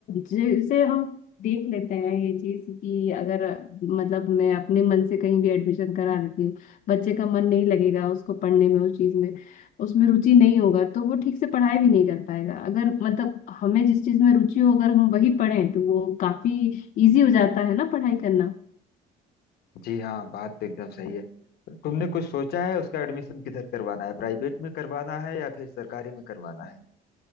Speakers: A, on the left; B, on the left.
A: जैसे हम देख लेते हैं ये चीज कि अगर मतलब मैं अपने मन से कहीं भी एडमिशन करा देती हूँ बच्चे का मन नहीं लगेगा उसको पढ़ने में उस चीज में उसमें रुचि नहीं होगा तो वो ठीक से पढ़ाई भी नहीं कर पाएगा अगर मतलब हमें जिस चीज में रुचि हो अगर हम वही पढ़ें तो वो काफी इजी हो जाता है ना पढ़ाई करना
B: जी हाँ बात तो एकदम सही है तुमने कुछ सोचा है उसका एडमिशन किधर करवाना है प्राइवेट में करवाना है या फिर सरकारी में करवाना है